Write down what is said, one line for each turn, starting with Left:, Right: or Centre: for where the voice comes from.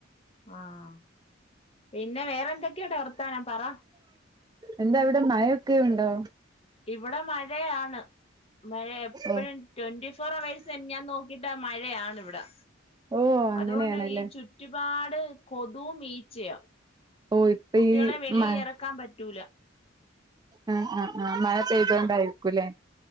Left: ആഹ്. പിന്നെ വേറെ എന്തൊക്ക്യാട വർത്താനം പറ.
Right: എന്താ അവിടെ മഴൊക്കെ ഉണ്ടോ?
Left: ഇവടെ മഴയാണ് മഴ എപ്പഴും
Right: ഓ
Left: ട്വന്റി ഫോർ അവേഴ്സ് എന്നെ ഞാൻ നോക്കിയിട്ട് മഴയാണ് ഇവിടെ
Right: ഓ അങ്ങനെയാണല്ലേ
Left: അതുകൊണ്ട് ഈ ചുറ്റുപാട് കൊതുവും ഈച്ചയും
Right: ഓ ഇപ്പൊ
Left: കുട്ടികളെ
Right: ഈ
Left: വെളിയിൽ
Right: മഴ
Left: എറക്കാൻ പറ്റൂല
Right: ഉം ഉം ഉം മഴ പെയ്തോണ്ടായിരിക്കുംല്ലേ